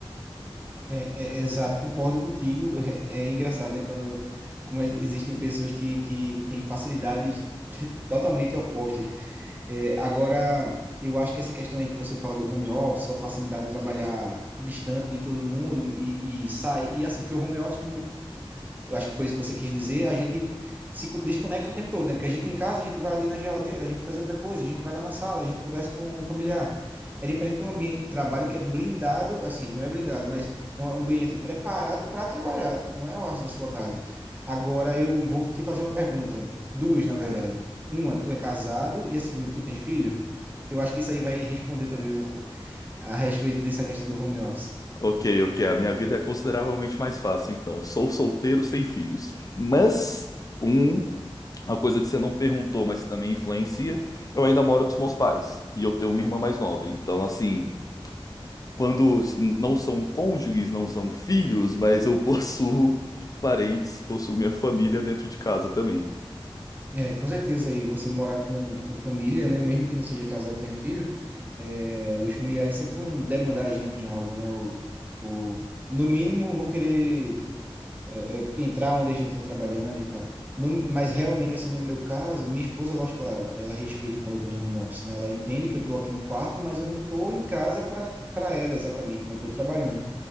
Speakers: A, on the right (about 20°); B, on the left (about 40°).
A: É, é- é exato, concordo contigo. <laughs> É, é engraçado, né? Quando, como as- existem pessoas que, que têm facilidades <laughs> totalmente opostas. É, agora, eu acho que essa questão aí que você fala do home office, sua facilidade de trabalhar distante de todo mundo e, e sai. E assim, porque o home office, como eu acho que foi isso que você quis dizer, a gente se co- desconecta o tempo todo, né? Porque a gente em casa, a gente vai ali na geladeira, a gente faz outra coisa, a gente vai lá na sala, a gente conversa com o familiar. É diferente de um ambiente de trabalho que é blindado, assim, não é blindado, mas é um um ambiente preparado para trabalhar, não é na sua casa. Agora eu vou te fazer uma pergunta, duas na verdade. Uma, tu é casado e a segunda, tu tem filho? Eu acho que isso aí vai responder também a respeito dessa questão do home office.
B: Ok, ok, a minha vida é consideravelmente mais fácil, então. Sou solteiro sem filhos. Mas, um, uma coisa que você não perguntou, mas que também influencia, eu ainda moro com os meus pais. E eu tenho uma irmã mais nova. Então, assim, quando s- não são cônjuges, não são filhos, mas eu <laughs> possuo parentes, possuo minha família dentro de casa também.
A: É, com certeza aí você morar com, com família, né? Mesmo que não seja casado, tenha filho, é, os familiares sempre vão demandar a gente em algo, né? O, o, no mínimo vão querer é, é, entrar onde a gente está trabalhando e tal. No, mas realmente, assim, no meu caso, minha esposa, lógico que ela, ela respeita quando eu estou em home office, né? Ela entende que eu estou aqui no quarto, mas eu não estou em casa para para ela exatamente, não estou trabalhando.